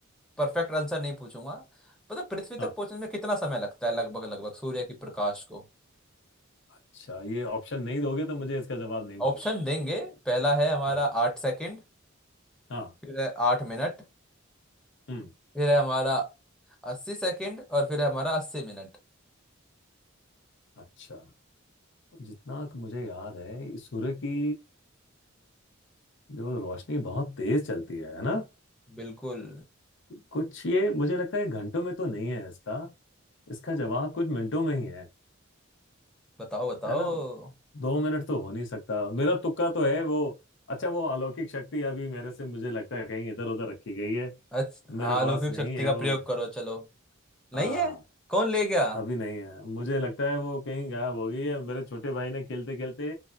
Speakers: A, in the centre; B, on the left.
A: परफेक्ट आंसर नहीं पूछूंगा मतलब पृथ्वी तक
B: हाँ
A: पहुंचने में कितना समय लगता है लगभग लगभग सूर्य की प्रकाश को
B: अच्छा ये ऑप्शन नहीं दोगे तो मुझे इसका जवाब नहीं मालूम
A: ऑप्शन देंगे पहला है हमारा
B: हाँ
A: आठ सेकंड
B: हाँ
A: फिर है आठ मिनट
B: हम्म
A: फिर है हमारा अस्सी सेकंड और फिर है हमारा अस्सी मिनट
B: अच्छा जितना कि मुझे याद है सूर्य की जो रोशनी बहुत तेज चलती है है ना
A: बिल्कुल
B: कुछ ये मुझे लगता है घंटों में तो नहीं है इसका इसका जवाब कुछ मिनटों में ही है
A: बताओ बताओ
B: है ना दो मिनट तो हो नहीं सकता मेरा तुक्का तो है वो अच्छा वो अलौकिक शक्ति अभी मेरे से मुझे लगता है कहीं इधर उधर रखी गई है
A: अच्छा हाँ
B: मेरे
A: अलौकिक
B: पास नहीं
A: शक्ति
B: है
A: का
B: वो
A: प्रयोग करो चलो नहीं
B: हाँ
A: है कौन ले गया
B: अभी नहीं है मुझे लगता है वो कहीं गायब हो गई है मेरे छोटे भाई ने खेलते खेलते